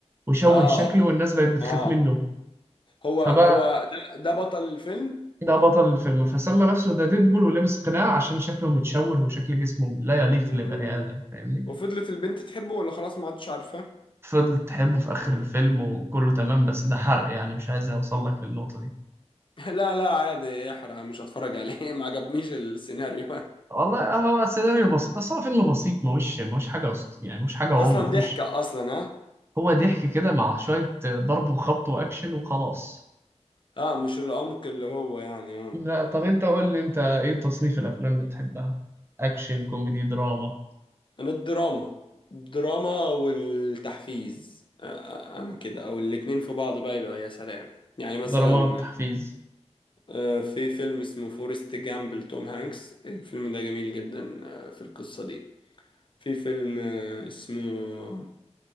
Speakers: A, on the right; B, on the left.
A: وشوه
B: اه
A: شكله والناس بقت بتخاف
B: اه
A: منه
B: هو
A: فبقى
B: هو ده, ده بطل الفيلم
A: ده بطل الفيلم فسمى نفسه ذا ديدبول ولبس قناع عشان شكله متشوه وشكل جسمه لا يليق
B: مم.
A: لبني آدم فاهمني
B: وفضلت البنت تحبه ولا خلاص ما عادش عارفاه
A: فضلت تحبه في آخر الفيلم وكله تمام بس ده حرق يعني مش عايز أوصل لك للنقطة دي
B: <laughs> لا لا عادي احرق مش هتفرج عليه <laughs> ما عجبنيش السيناريو
A: والله هو سيناريو بسيط بس هو فيلم بسيط ماهوش ماهوش حاجة أسط... يعني ماهوش
B: <laughs>
A: حاجة واو
B: اصلا
A: مفهوش
B: ضحكة اصلا ها
A: هو ضحك كده مع شوية ضرب وخبط وأكشن وخلاص
B: اه مش العمق اللي هو يعني اه
A: لا طب أنت قول لي أنت إيه تصنيف الأفلام اللي بتحبها؟ أكشن كوميدي دراما
B: انا الدراما الدراما والتحفيز آه، آه، انا كده او الاتنين في بعض بقى يبقى يا سلام يعني مثلا
A: دراما تحفيز
B: آه، في فيلم اسمه فورست جامب لتوم هانكس الفيلم ده جميل جدا آه، في القصة دي في فيلم آه، اسمه